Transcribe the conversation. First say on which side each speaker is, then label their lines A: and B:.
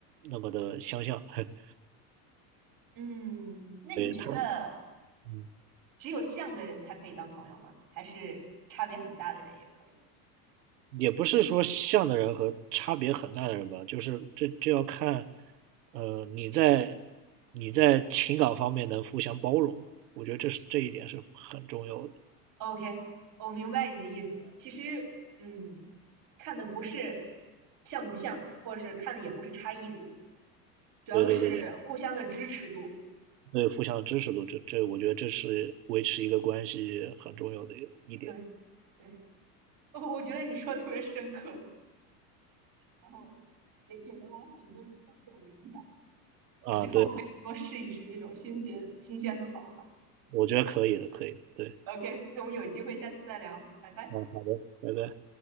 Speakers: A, on the right (about 85°); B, on the right (about 45°).
A: 那么的相像。<laughs>
B: 嗯，那你觉得
A: 对他，嗯，
B: 只有像的人才可以当朋友吗？还是差别很大的人也可以
A: 也不是说像的人和差别很大的人吧，就是这这要看，呃，你在你在情感方面能互相包容吗？我觉得这是这一点是很重要的。
B: ？OK，我明白你的意思了。其实，嗯，看的不是像不像，或者是看的也不是差异度，主要是互相的支持度。
A: 对对对对。对，互相的支持度，这这我觉得这是维持一个关系很重要的一点
B: 对，对，<laughs> 我我觉得你说的特别深刻。然后也给了我很多交友灵感。
A: 啊。
B: 我之后可以多试一试这种新鲜新鲜的方法。
A: 对，我觉得可以的，可以的，对，
B: OK，那我们有机会下次再聊，拜拜。
A: 嗯，好的，拜拜。